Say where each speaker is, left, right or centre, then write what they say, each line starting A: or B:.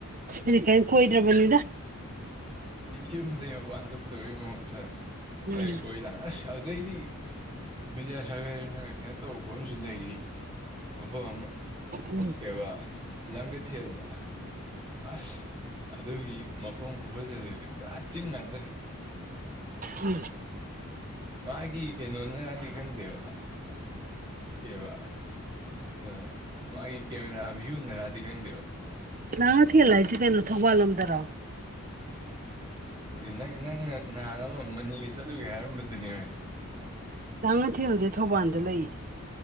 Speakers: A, on the right; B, on the right.
A: ꯁꯤ ꯀꯔꯤ ꯀꯣꯏꯗ꯭ꯔꯕꯅꯤꯗ
B: ꯌ ꯌꯨꯝꯗꯒꯤꯩ ꯃꯄꯥꯟ ꯊꯣꯛꯇꯕꯒꯤ ꯃꯍꯨꯠꯇ ꯈꯔ
A: ꯎꯝ
B: ꯀꯣꯏ ꯂ ꯑꯁ ꯑꯗꯨꯗꯩꯗꯤ ꯕꯤꯗ꯭ꯌꯥꯁꯒꯔꯅ ꯀꯩꯅꯣ ꯇꯧꯕ ꯈꯣꯠ ꯑꯃꯁꯨ ꯂꯩꯔꯤ ꯃꯐꯝ ꯑꯃ
A: ꯎꯝ
B: ꯀ ꯋꯥ ꯂꯪꯒ ꯊꯜꯖ ꯑꯁ ꯑꯗꯨꯒꯤ ꯃꯐꯝ ꯈꯨꯕꯁ ꯑꯗꯨꯗꯤ ꯄꯨꯔꯥ ꯆꯤꯡ ꯉꯗꯔꯦ
A: ꯎꯝ
B: ꯃꯥꯒꯤ ꯀꯩꯅꯣꯅ ꯉꯗꯤ ꯈꯪꯗꯦꯕ ꯀꯩꯕ ꯑ ꯃꯥꯒꯤ ꯀꯦꯃꯦꯔꯥ ꯚ꯭ꯌꯨꯅꯔꯗꯤ ꯈꯪꯗꯦꯕ
A: ꯂ ꯊ ꯑꯂꯖ ꯀꯩꯅꯩꯅꯣ ꯊꯧꯧꯕꯜꯣꯗꯔꯥꯎ
B: <unintelligible> ꯅꯪꯅ ꯅꯍꯥꯟ ꯑꯃ ꯃꯅꯤꯒꯤ ꯆꯠꯂꯨꯒꯦ ꯍꯥꯏꯔꯝꯕꯗꯨꯅꯦꯕ
A: ꯂꯥꯡꯉꯊꯦꯜꯁꯦ ꯊꯧꯕꯥꯜꯗ ꯂꯩ